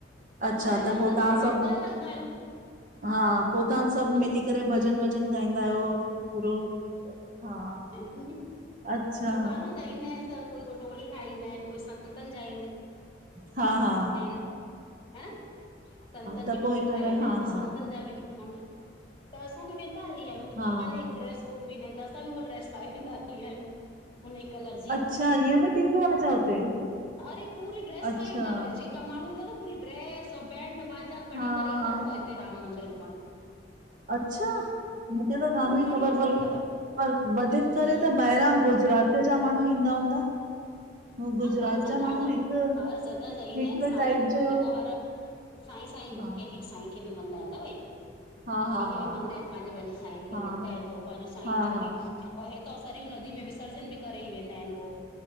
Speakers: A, on the left; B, on the right.
A: त
B: अच्छा
A: ॿुधाए न
B: पोइ
A: असां
B: तव्हां
A: गाइड वाइड
B: सभु
A: करे रखंदा आहियूं।
B: हा पोइ तव्हां सभु
A: हम्म
B: मिली करे भॼन वॼन गाईंदा आहियो पूरो हा।
A: ॿार
B: अच्छा
A: जा ईंदा आहिन त कोई वटोरी ठाहींदा आहिन कोई संतनि जा ईंदा आहिन।
B: हा हा --
A: ह न संतन
B: त
A: जी
B: पो
A: टोली
B: हिन
A: ठाहेी
B: लाइ
A: ईंदा
B: हा
A: आहिन त
B: हा
A: संतन जा बि माण्ह -- त असां बि वेंदा हली आहियूं असां
B: हा
A: पंहिंजे हिकु ड्रेस कोट में ईदा आहिन त असां बि उहा ड्रेस पाए वेंदा हली आहियूं। हुन ई कलर जी
B: अच्छा ईअं बि थींदो आ छा हुते
A: अरे पूरी ड्रेस
B: अच्छा
A: पाईं ईंदा अथव -- जेका माण्हू ईंदा तव, पूरी ड्रेस, बैंड बाजा खणी
B: हा
A: करे ईंदा
B: हा
A: अथव हिते राम मंदर घुमण।
B: अच्छा मूंखे त कान
A: खूब
B: हुई
A: बढ़िया
B: ख़बर
A: सां
B: पर।
A: ईंदा अथव
B: पर वधीक करे
A: हम्म
B: त ॿाहिरां गुजरात जा माण्हू ईंदा हूंदा। हू गुजरात
A: हा हर जॻह
B: माण्हू
A: जा,
B: हिक
A: हर जॻह जा ईंदा
B: हिक
A: आहिन साईं
B: टाइप जो
A: जेको हर -- साईं सांई
B: हा
A: कंहिंखे साईं खे बि मञंदा आहिन न भई।
B: हा
A: साईं
B: हा
A: खे
B: हा
A: बि मञदा
B: हा
A: आहिन, पंहिंजे- पंहिंजे साईं खे
B: हा
A: मञदा आहिन त उ पंहिंजो साईं
B: हा
A: जो
B: हा
A: बि -- ऐं हितां सरयूं नदी में विसर्जन बि करे ई वेंदा आहिन उहो।